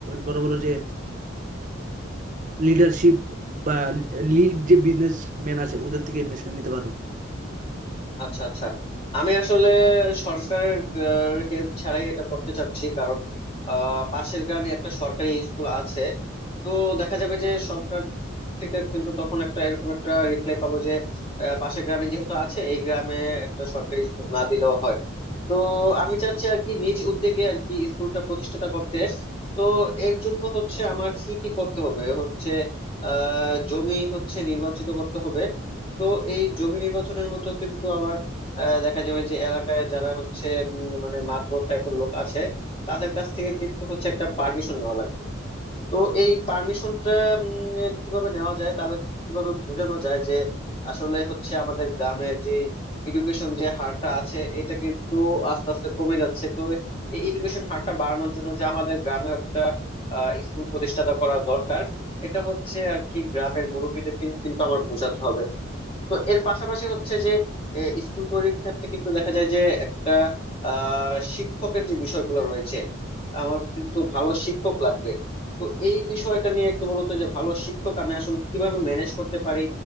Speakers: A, on the right; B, on the left.
A: বড় বড় যে লিডারশিপ বা লিড যে বিজনেস ম্যান আছে ওদের থেকে ইনভেস্টমেন্ট নিতে পারো
B: আচ্ছা আচ্ছা আমি আসলে সরকারের হেল্প ছাড়াই এটা করতে চাচ্ছি কারণ আহ, পাশের গ্রামে একটা সরকারি স্কুল আছে তো দেখা যাবে যে সরকার থেকে কিন্তু তখন একটা এরকম একটা রিপ্লাই পাবো যে আহ, পাশের গ্রামে যেহেতু আছে এই গ্রামে একটা সরকারি স্কুল না দিলেও হয় তো আমি চাচ্ছি আর কি নিজ উদ্যোগে আর কি স্কুলটা প্রতিষ্ঠাতা করতে তো এর জন্য হচ্ছে আমার কি কি করতে হবে হচ্ছে আহ জমি হচ্ছে নির্বাচিত করতে হবে তো এই জমি নির্বাচনের মতো কিন্তু আবার আহ, দেখা যাবে যে এলাকায় যারা হচ্ছে উম, মানে মাতব্বর টাইপের লোক আছে তাদের কাছ থেকে কিন্তু হচ্ছে একটা পারমিশন নেওয়া লাগবে তো এই পারমিশনটা কিভাবে নেওয়া যায় তাদেরকে কিভাবে বোঝানো যায় যে আসলে হচ্ছে আমাদের গ্রামের যে এডুকেশন যে হারটা আছে এটা কিন্তু আস্তে আস্তে কমে যাচ্ছে তো এই এডুকেশন হারটা বাড়ানোর জন্য যে আমাদের গ্রামে একটা স্কুল প্রতিষ্ঠাতা করা দরকার এটা হচ্ছে আর কি গ্রামের মুরব্বীদেরকে কিন্তু আমার বোঝাতে হবে তো এর পাশাপাশি হচ্ছে যে এ, স্কুল তৈরির ক্ষেত্রে কিন্তু দেখা যায় যে একটা আহ শিক্ষকের যে বিষয়গুলো রয়েছে আমার কিন্তু ভালো শিক্ষক লাগবে তো এই বিষয়টা নিয়ে একটু বলতো যে ভালো শিক্ষক আমি আসলে কিভাবে ম্যানেজ করতে পারি